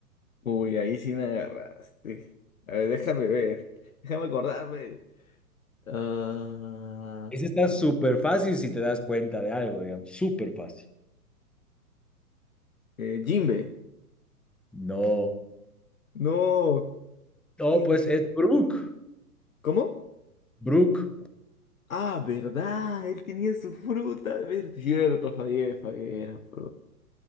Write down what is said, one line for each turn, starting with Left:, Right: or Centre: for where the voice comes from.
Left: Uy, ahí sí me agarraste. A ver, déjame ver. Déjame acordarme. Ah,
Centre: Ese está súper fácil si te das cuenta de algo, digamos, súper fácil.
Left: eh, Jimbe.
Centre: No,
Left: No,
Centre: no,
Left: ¿quién,
Centre: pues
Left: quién?
Centre: es Brooke,
Left: ¿Cómo?
Centre: Brooke.
Left: Ah, ¿verdad? Él tenía su fruta. ver- Cierto, fallé, fallé. era fruta.